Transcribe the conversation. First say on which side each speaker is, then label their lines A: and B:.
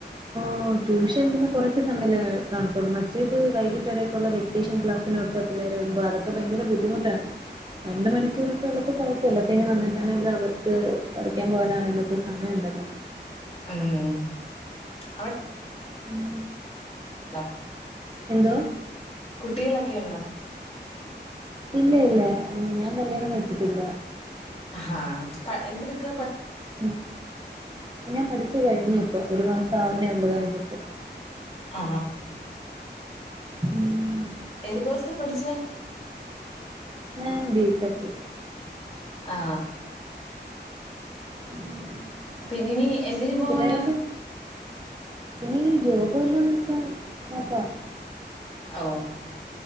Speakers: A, on the right; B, on the left.
A: ഓ ട്യൂഷൻ പിന്നെ കുറച്ചു സമയമല്ലെ കാണത്തുള്ളൂ മറ്റേത് വൈകിട്ടെടെക്കുള്ള വെക്കേഷൻ ക്ലാസ്സിനൊക്കെ പിള്ളേരെ വിടുമ്പോ അതൊക്കെ ഭയങ്കര ബുദ്ധിമുട്ടാണ് രണ്ട് മണിക്കൂറൊക്കെ ഉള്ളപ്പോ കുഴപ്പല്ല പിന്നെ വന്നിട്ടാണെങ്കലോ അവർക്ക് പഠിക്കാൻ പോകാനാണേലും ഒക്കെ സമയെണ്ടല്ലോ
B: ഉം അവ
A: ഉം
B: <unintelligible>
A: എന്തോ
B: കുട്ടികളൊക്കെ ഒണ്ടോ
A: ഇല്ല ഇല്ല ഞാൻ കല്യാണം കഴിച്ചിട്ടില്ല
B: ഹാ പ്പ എന്തെടുക്ക
A: ഉം ഞാൻ പഠി ച്ചു കഴിഞ്ഞു ഇപ്പൊ ഒരു മാസം ആവുന്നേ ഉള്ളു കഴിഞ്ഞിട്ട്
B: ആ
A: <inaudible>
B: ഏത് കോഴ്സാ പഠിച്ചേ
A: ഞാൻ ബിടെക്ക്
B: ആ
A: ഉം.
B: പിന്നിനി എന്തിന് പോവാനാ
A: പിള്ളേരൊക്കെ ഇനി ജോബ് വല്ലോം നോക്കാൻ നോക്കാം
B: ഓ